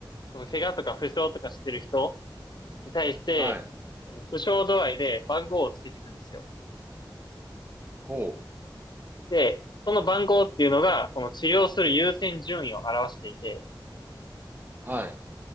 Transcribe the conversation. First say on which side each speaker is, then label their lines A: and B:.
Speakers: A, on the left; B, on the right.
A: その、怪我とか負傷とかしてる人、に対して、
B: はい。
A: その苦笑度合いで番号をつけていくんですよ。
B: ほう。
A: で、その番号っていうのが、この治療する優先順位を表していて、
B: はい。